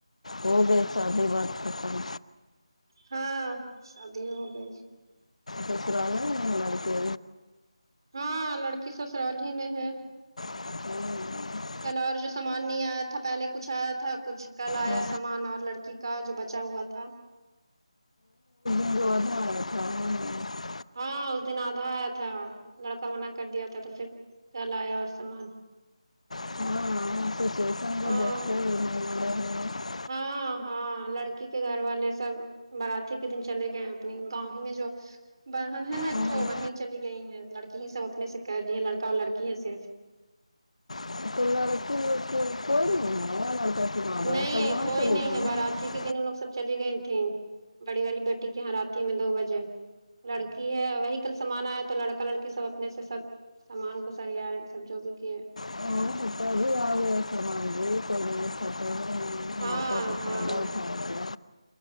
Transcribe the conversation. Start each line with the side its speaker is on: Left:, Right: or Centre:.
Left: ہو گئی سادی بات ختم
Right: ہاں شادی ہوگئی
Left: سسرال کے
Right: ہاں لڑکی سب سسرال ہی میں ہے
Left: ہوں
Right: کل اور جو سامان نہیں آیا تھا پہلے کچھ آیا تھا کچھ کل آیا
Left: میں
Right: سامان اور لڑکی کا جو بچا ہوا تھا
Left: <unintelligible> <unintelligible>
Right: ہاں اس دن آدھا آیا تھا لڑکا منع کر دیا تھا تو پھر کیا لایا اور سامان
Left: <unintelligible>
Right: ہاں
Left: ہے
Right: ہاں ہاں لڑکی کے گھر والے سب باراتی کے دن چلے گئے ہیں اپنی گاؤں ہی میں جو بن ہے نا ایک
Left: ہاں
Right: تو وہیں چلی گئی ہے لڑکی ہی سب اپنے سے کر رہی ہے لڑکا اور لڑکی ہے صرف
Left: <unintelligible> بہن
Right: نہیں
Left: سب وہاں
Right: کوئی
Left: چلے
Right: نہیں
Left: گئے
Right: ہے بارات ہی کے دن وہ لوگ سب چلی گئی تھیں بڑی والی بیٹی کے یہاں راتھی میں دو بجے لڑکی ہے وہی کل سامان آ ہے تو لڑکا لڑکی سب اپنے سے سب سامان کو سریا ہے سب جو بھی کیے ہیں
Left: <unintelligible>
Right: ہاں
Left: کا
Right: ہاں
Left: فائدہ اٹھایا گیا